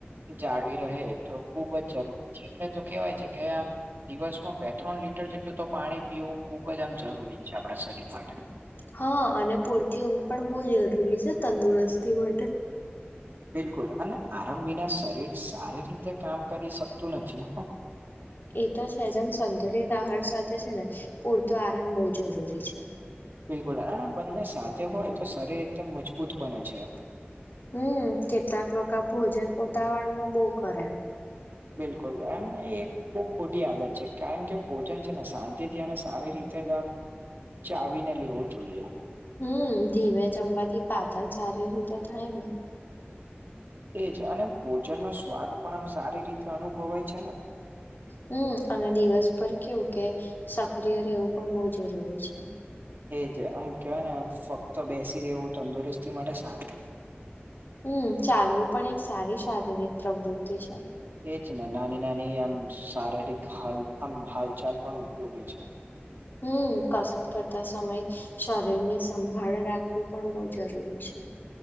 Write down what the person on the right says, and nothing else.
જાળવી રહે એતો ખુબ જ જરૂરી છે એટલે તો કેવાય છે કે આમ દિવસમાં બે ત્રણ લીટર જેટલું તો પાણી પીવું ખુબ જ આમ જરૂરી છે આપણા શરીર માટે.
બિલકુલ અને આરામ વિના શરીર સારી રીતે કામ કરી શકતું નથી.
બિલકુલ આ બંને સાથે હોય તો શરીર એકદમ મજબૂત બને છે.
બિલકુલ અને એક બહ ખોટી આદત છે કારણ કે ભોજન છે ને શાંતિથી અને સારી રીતે ચાવીને લેવો જોઈએ.
એજ અને ભોજનનો સ્વાદ પણ આમ સારી રીતે અનુભવાય છે ને.
એજ આમ કેવાય ને ફક્ત બેસી રહે એવું તંદુરસ્તી માટે સારું નથી.
એજ ને નાની નાની આમ શારીરિક હ આમ હાલચાલ પણ ઉપયોગી છે.